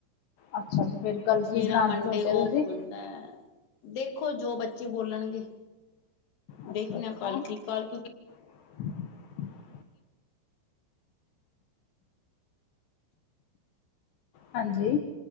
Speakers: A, on the left; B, on the left.
A: ਅੱਛਾ। ਤੇ ਫਿਰ ਕੱਲ ਕੀ
B: ਮੇਰਾ
A: ਬਣਾਉਣ
B: ਮੰਡੇ
A: ਦਾ ਸੋਚਿਆ
B: ਔਫ
A: ਤੁਸੀਂ
B: ਹੁੰਦਾ ਐ। ਦੇਖੋ ਜੋ ਬੱਚੇ ਬੋਲਣਗੇ,
A: ਅੱਛਾ
B: ਦੇਖਨਾ
A: ਅੱਛਾ
B: ਕੱਲ ਕੀ, ਕੱਲ ਕਿਉਂਕ
A: <inaudible> ਹਾਂਜੀ